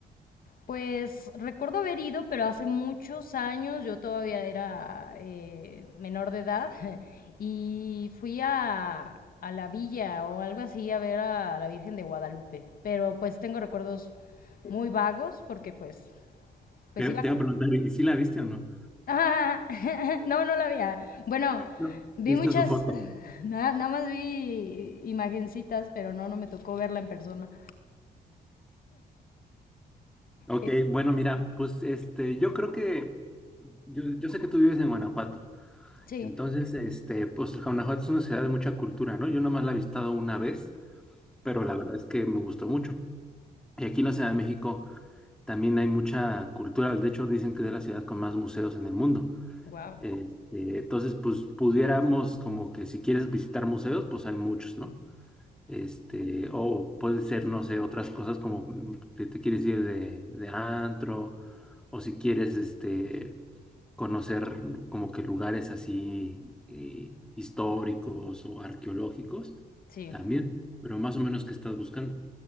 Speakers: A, on the left (about 60°); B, in the centre.
A: Pues recuerdo haber ido, pero hace muchos años, yo todavía era eh, menor de edad, <laughs> y fui a, a la villa o algo así a ver a la Virgen de Guadalupe. Pero pues tengo recuerdos muy vagos porque pues Pues
B: Te,
A: iba
B: te iba
A: co-
B: a preguntar, ¿y si la viste o no?
A: Ah, <laughs> no, no la vi. Ah, Bueno,
B: No.
A: vi
B: ¿Viste
A: muchas,
B: su foto?
A: <laughs> nada, nada más vi imagencitas, pero no, no me tocó verla en persona.
B: Ok,
A: Eh,
B: bueno, mira, pues este, yo creo que, yo, yo sé que tú vives en Guanajuato,
A: sí.
B: entonces, este, pues Guanajuato es una ciudad de mucha cultura, ¿no? Yo nomás la he visitado una vez, pero la verdad es que me gustó mucho. Y aquí en la Ciudad de México también hay mucha cultura, de hecho dicen que es la ciudad con más museos en el mundo.
A: Wow.
B: Este, entonces, pues pudiéramos como que si quieres visitar museos, pues hay muchos, ¿no? Este, o puede ser, no sé, otras cosas como mm, que te quieres ir de, de antro, o si quieres, este, conocer como que lugares así eh, históricos o arqueológicos,
A: Sí.
B: también, pero más o menos qué estás buscando.